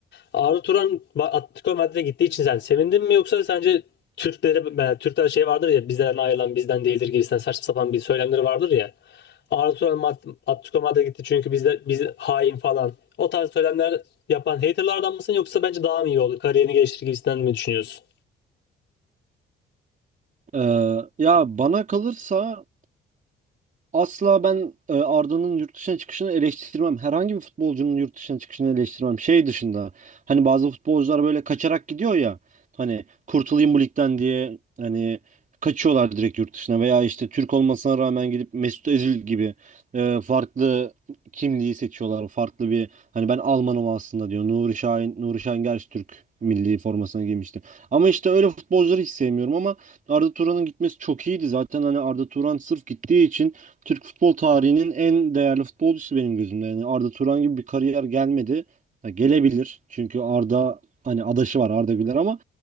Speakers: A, on the left; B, on the right.
A: Arda Turan Ba- Atletico Madrid'e gittiği için sen sevindin mi yoksa sence Türkleri yani Türkler şey vardır ya bizden ayrılan bizden değildir gibisinden saçma sapan bir söylemleri vardır ya. Arda Turan Mad- Atletico Madrid'e gitti çünkü bizde biz hain falan. O tarz söylemler yapan haterlardan mısın yoksa bence daha mı iyi oldu? Kariyerini geliştirir gibisinden mi düşünüyorsun?
B: ee, ya bana kalırsa Asla ben e, Arda'nın yurt dışına çıkışını eleştirmem. Herhangi bir futbolcunun yurt dışına çıkışını eleştirmem. Şey dışında hani bazı futbolcular böyle kaçarak gidiyor ya. Hani kurtulayım bu ligden diye hani kaçıyorlar direkt yurt dışına veya işte Türk olmasına rağmen gidip Mesut Özil gibi e, farklı kimliği seçiyorlar. Farklı bir hani ben Almanım aslında diyor. Nuri Şahin, Nuri Şahin gerçi Türk milli formasına giymişti. Ama işte öyle futbolcuları hiç sevmiyorum ama Arda Turan'ın gitmesi çok iyiydi. Zaten hani Arda Turan sırf gittiği için Türk futbol tarihinin en değerli futbolcusu benim gözümde. Yani Arda Turan gibi bir kariyer gelmedi. Ha, gelebilir. Çünkü Arda hani adaşı var Arda Güler ama